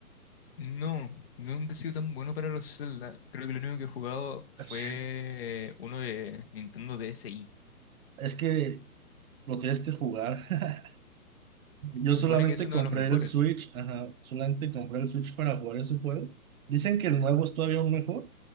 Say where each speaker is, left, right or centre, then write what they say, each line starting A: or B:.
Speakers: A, on the left (about 40°); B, on the right (about 65°).
A: No, nunca he sido tan bueno para los Zelda. Creo que lo único que he jugado fue
B: Sí,
A: uno de Nintendo DSi.
B: Es que lo tienes que jugar. <laughs> Yo
A: Se
B: solamente
A: supone que es uno
B: compré
A: de los mejores,
B: el Switch, ajá, solamente compré el Switch para jugar ese juego. Dicen que el nuevo es todavía aún mejor.